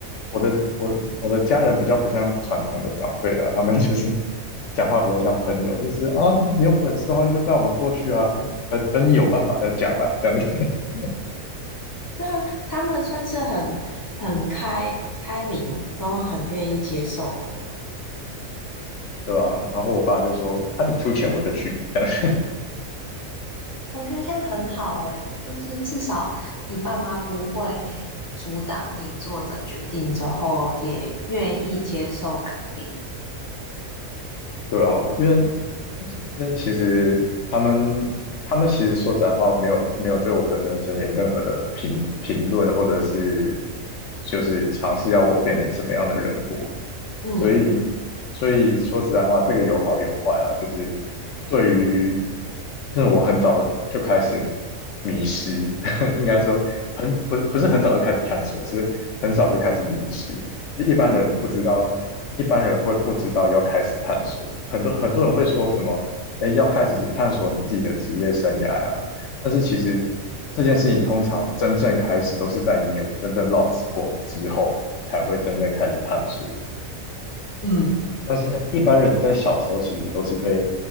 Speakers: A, on the left (about 65°); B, on the left (about 25°).
A: 我的我我的家人比较不像传统的长辈啊，他们 <laughs> 就是讲话比较像朋友，就是啊，你有本事的话就带我们过去啊，等等你有办法再讲啦，这样子，<laughs>
B: <laughs> 对啊，他们算是很很开开明，都很愿意接受的。
A: 对吧、然后我爸就说，啊，你出钱我就去，这样，
B: 我觉得这样很好诶，就是至少你爸妈不会阻挡你做的决定之后，也愿意接受改变。
A: 对啊，因为因为其实他们他们其实说实在话，没有没有对我的人生有任何的评评论，或者是就是尝试要我变成什么样的人过，
B: 嗯
A: 所以，所以说实在话，这个有好有坏啦。就是对于，就是我很早就开始迷失，<laughs> 应该说很不不是很早就开始探索，是很早就开始迷失。一般人不知道，
B: 嗯，
A: 一般人会不知道要开始探索。很多很多人会说什么，哎，要开始探索你自己的职业生涯呀、但是其实这件事情通常真正开始都是在你有真正 lost 过之后，才会真正开始探索。
B: 嗯，
A: 但是一般人在小时候其实都是被